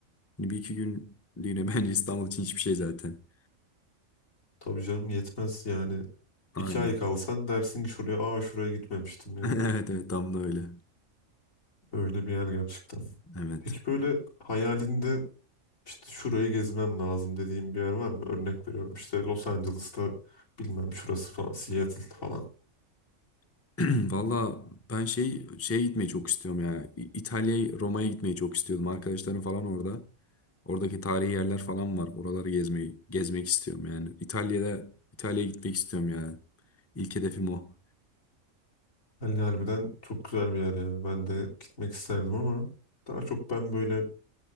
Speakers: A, on the left; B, on the left.
A: Hani bir iki günlüğüne <laughs> bence İstanbul için hiçbir şey zaten.
B: Tabii canım yetmez yani.
A: Aynen.
B: İki ay kalsan dersin ki şuraya aa şuraya gitmemiştim yani.
A: <laughs> Evet evet tam da öyle.
B: Öyle bir yer gerçekten.
A: Evet.
B: Peki böyle hayalinde işte şurayı gezmem lazım dediğim bir yer var mı? Örnek veriyorum işte Los Angeles'ta bilmem şurası falan Seattle falan.
A: <clears throat> Valla ben şey şeye gitmeyi çok istiyorum ya. İ- İtalya'ya, Roma'ya gitmeyi çok istiyordum. Arkadaşlarım falan orada. Oradaki tarihi yerler falan var. Oraları gezmeyi gezmek istiyorum yani. İtalya'da İtalya'ya gitmek istiyorum yani. İlk hedefim o.
B: Hani harbiden çok güzel bir yer ya. Ben de gitmek isterdim ama daha çok ben böyle